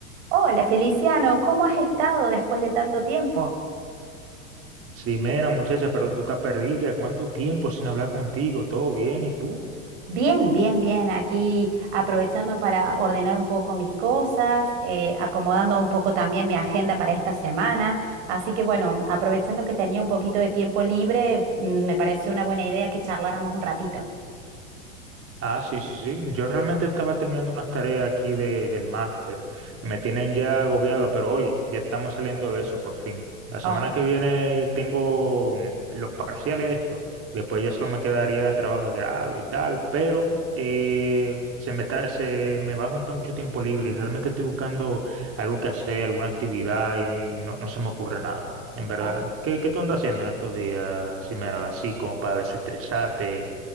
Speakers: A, on the right; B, on the right.
A: Hola Feliciano, ¿cómo has estado después de tanto tiempo?
B: Sí, mera, muchacha, pero tú estás perdida. ¿Cuánto tiempo sin hablar contigo? ¿Todo bien? ¿Y tú?
A: Bien, bien, bien, aquí aprovechando para ordenar un poco mis cosas, eh, acomodando un poco también mi agenda para esta semana. Así que bueno, aprovechando que tenía un poquito de tiempo libre, mm, me pareció una buena idea que charláramos un ratito.
B: Ah, sí, sí, sí. Yo realmente estaba terminando unas tareas aquí de, del máster. Me tienen ya agobiado, pero oye, ya estamos saliendo de eso por fin. La semana
A: Oh,
B: que viene tengo mm, los parciales estos. Después ya solo me quedaría trabajo de grado y tal, pero eh, se me está, se me va a juntar mucho tiempo libre. y Realmente estoy buscando algo que hacer, alguna actividad y, no, no se me ocurre nada. En verdad,
A: oh.
B: ¿qué, qué tú andas haciendo en estos días, Ximena? Así como para desestresarte